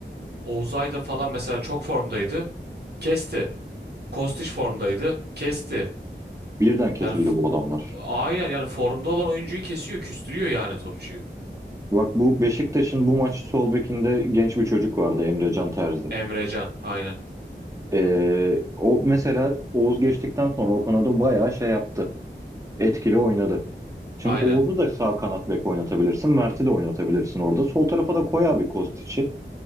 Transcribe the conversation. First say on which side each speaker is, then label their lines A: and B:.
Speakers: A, on the right; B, on the right.
A: Oğuz Aydın falan mesela çok formdaydı. Kesti. Kostić formdaydı. Kesti.
B: birden kesildi
A: Yani f-
B: bu adamlar.
A: aynen yani formda olan oyuncuyu kesiyor, küstürüyor yani topçuyu.
B: Bak bu Beşiktaş'ın bu maç sol bekinde genç bir çocuk vardı Emre Can Terzi.
A: Emrecan aynen.
B: E, o mesela Oğuz geçtikten sonra o kanada bayağı şey yaptı. Etkili oynadı. Şimdi
A: Aynen.
B: Oğuz'u da sağ kanat bek oynatabilirsin. Mert'i de oynatabilirsin orada. Sol tarafa da koy abi Kostiç'i.